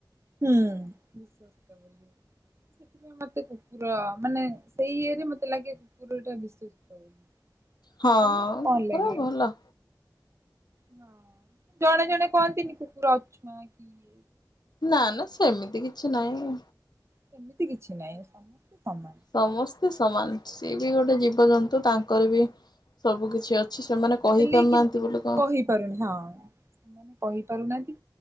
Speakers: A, on the right; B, on the left.
A: ହୁଁ ବିଶ୍ୱାସ କରନ୍ତି। ସେଥିପାଇଁ ମତେ କୁକୁର ମାନେ ସେଇ ଇଏରେ ମତେ ଲାଗେ କୁକୁର ଟା ବିଶ୍ୱସ୍ତ ବୋଲି।
B: ହଁ
A: ତମକୁ କଣ
B: କୁକୁର
A: ଲାଗେ?
B: ଭଲ
A: ହଁ ଜଣେ ଜଣେ କହନ୍ତିନି କୁକୁର ଅଛୁଆଁ କିଏ
B: ନା ନା ସେମିତି କିଛି ନାହିଁ।
A: ସେମିତି କିଛି ନାହିଁ ସମସ୍ତେ ସମାନ।
B: ସମସ୍ତେ ସମାନ ସିଏ ବି ଗୋଟେ ଜୀବଜନ୍ତୁ ତାଙ୍କର ବି ସବୁ କିଛି ଅଛି ସେମାନେ କହି
A: ହେଲେ
B: ପାରୁନାହାନ୍ତି
A: କିନ୍ତୁ
B: ବୋଲି କଁ
A: ହଁ କହିପାରୁନାହାନ୍ତି